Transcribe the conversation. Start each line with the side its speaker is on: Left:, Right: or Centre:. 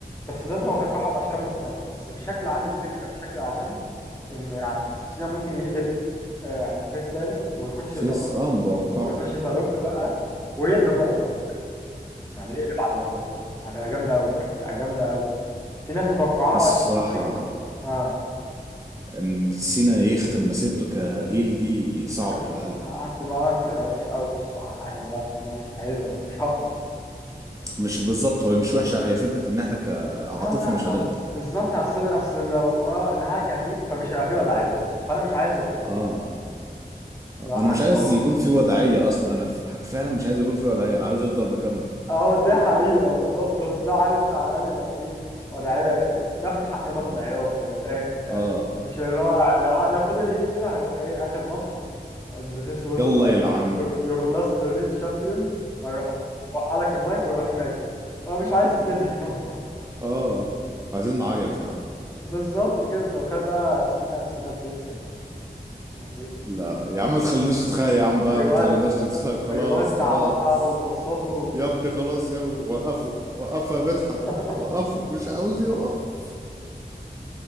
Left: بس الناس بتتوقعها باشكال مختلفه بس بشكل عام الفكره بشكل عام ان يعني سينا ممكن يقلب آه، يعني فيس تاني ويخش
Right: فيس
Left: زاروك
Right: اه متوقعه
Left: ويخش زاروك بقى ويضرب بقى زاروك يعني يقلب على زاروك بقى هتبقى جامده قوي هتبقى جامده قوي في ناس متوقعاها
Right: اصل بصراحه
Left: شفت اه
Right: ان سينا يختم مسيرته كهيل دي صعب
Left: هتبقى
Right: على القلب
Left: هتبقى هتبقى وحشه قوي الصراحه يعني لا انا مش عايزها مش هقدر
Right: مش بالظبط هو مش وحشه هي فكره ان احنا كعاطفه
Left: اه لا
Right: مش
Left: آه،
Right: هنقدر
Left: بالظبط اصل اصل لو اه انها كهيل فمش هيبقى فيه وضعيه فانا مش عايز يبقى مفيش
Right: اه
Left: لو
Right: انا
Left: هتخلص
Right: مش عايز يكون في وضعيه اصلا انا ف- فعلا مش عايز يكون في وضعيه انا عايز افضل مكمل
Left: اه دي حقيقه بالظبط بس لو عارف انت على الاقل يبقى فيه وضعيه ناخد حقنا
Right: اه
Left: في العياط من الاخر يعني
Right: اه
Left: مش اللي هو لو آه، لو فضل هيل كده هيروح ايه اخر ماتش and this was
Right: يلا يلعن
Left: your, your last real champion وهيروح وقع لك المايك ويروح ماشي انا مش عايز كده <laughs>
Right: اه عايزين نعيط يا عم
Left: بالظبط كده انت متخيل بقى سينا سينا الفيس يعني سينا فيس
Right: لا يا عم ما تخليناش نتخيل يا عم
Left: وبيو-
Right: بقى ما تخليناش نتخيل
Left: وبيودع
Right: خلاص خلاص
Left: بقى وبصاته
Right: يا ابني خلاص يا ابني وقفوا وقفوا يا مدحت
Left: <laughs>
Right: وقفوا مش عاوز يقف